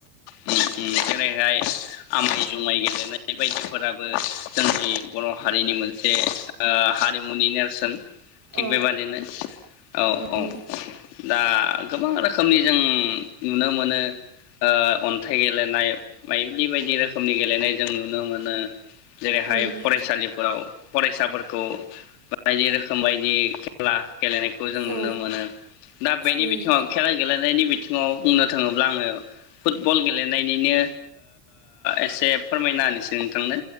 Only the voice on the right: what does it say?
औ
उम
उम
औ
उम